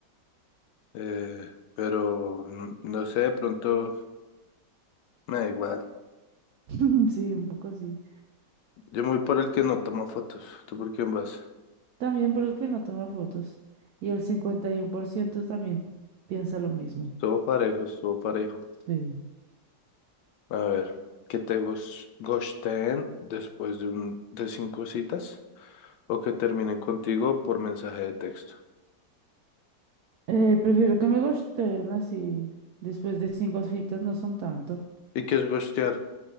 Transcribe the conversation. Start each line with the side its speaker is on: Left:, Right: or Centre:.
Left: Eh, pero mm, no sé, de pronto... Me da igual,
Right: <laughs> Sí, un poco sí.
Left: Yo me voy por el que no toma fotos. ¿Tú por quién vas?
Right: También, pero el que no toma fotos. Y el 51% también piensa lo mismo.
Left: Estuvo parejo, estuvo parejo.
Right: Sí.
Left: A ver, ¿que te gos- ghosteen después de un de cinco citas? ¿O que terminen contigo por mensaje de texto?
Right: Eh, prefiero que me gusteen así. Después de cinco citas no son tanto.
Left: ¿Y qué es ghostear?